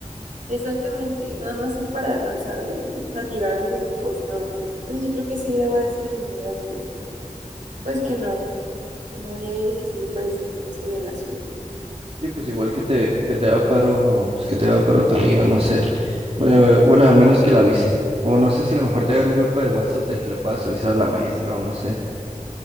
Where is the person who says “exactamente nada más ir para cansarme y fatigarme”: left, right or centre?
Right